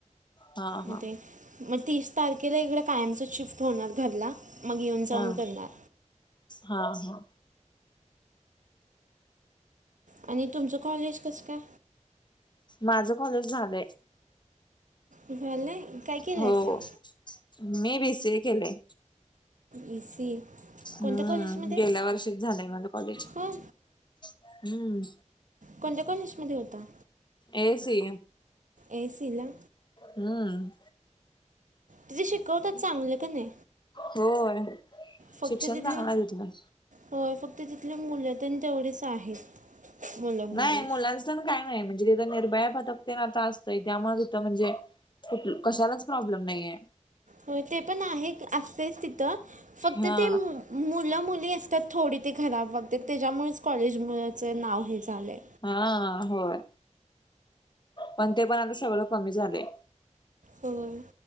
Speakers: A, on the left; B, on the right.
A: हा
B: म
A: हा.
B: ते मग तीस तारखेला इकडें कायमचं शिफ्ट होणार घरला, मग येऊन जाऊन
A: हा
B: करणार.
A: हा हा.
B: आणि तुमचं कॉलेज कसं काय?
A: माझं कॉलेज झालंय.
B: झालय? काय केलयसा?
A: हो. मी बी सी ए केलेय.
B: ई सी कोणत्या
A: हम्म,
B: कॉलेजमध्ये
A: गेल्या वर्षीच झालंय माझ कॉलेज.
B: हां
A: हम्म.
B: कोणत्या कॉलेज मध्ये होता?
A: A A C.
B: A A C ला?
A: हम्म.
B: तिथे शिकवतात चांगलं कनी?
A: होय.
B: फक्त
A: शिक्षण
B: तिथली
A: चांगलं आहे तिथलं.
B: होय फक्त तिथली मुलं तेनं तेवढीच आहेत. मुलं मुली
A: नाही मुलांचंण काय नाय, म्हणजे तिथं निर्भया पथक तेन आता असतय त्यामुळे तिथं म्हणजे कुठ कशालाच प्रॉब्लेम नाहीये.
B: होय ते पण आहे असतेच तिथ, फक्त
A: हा
B: ते मुलं मुली असत्यात थोडी ते खराब वागत्यात, त्याच्यामुळेच कॉलेजमुळच नाव हे झालंय.
A: हां होय, पण ते पण आता सगळं कमी झालय.
B: होय.